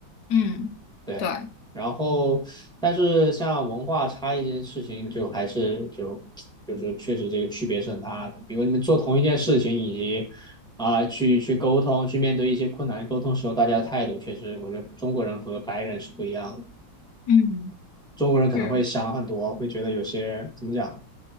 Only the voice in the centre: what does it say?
对，
然后但是像文化差异这件事情，就还是就就是确实这个区别是很大的。比如你们做同一件事情，以及啊、去去沟通，去面对一些困难沟通时候，大家的态度确实，我觉得中国人和白人是不一样的。
中国人可能会想很多，
会觉得有些怎么讲，